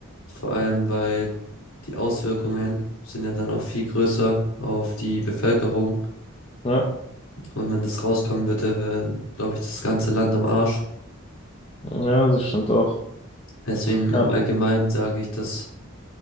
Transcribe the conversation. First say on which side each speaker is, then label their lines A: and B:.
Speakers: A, on the left (about 65°); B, on the left (about 25°).
A: Vor allem, weil die Auswirkungen sind ja dann auch viel größer auf die Bevölkerung.
B: Ja,
A: Und wenn das rauskommen würde, wäre, glaube ich, das ganze Land am Arsch.
B: ja, das stimmt auch.
A: Deswegen im
B: Ja,
A: Allgemeinen sage ich, dass